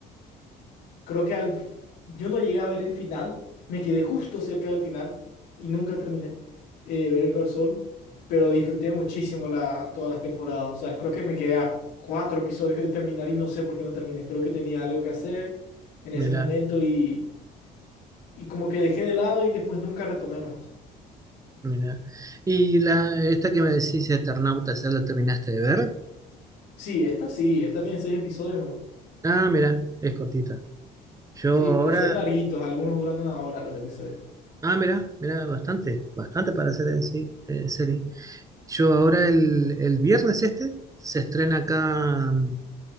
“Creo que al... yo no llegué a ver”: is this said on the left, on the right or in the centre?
Left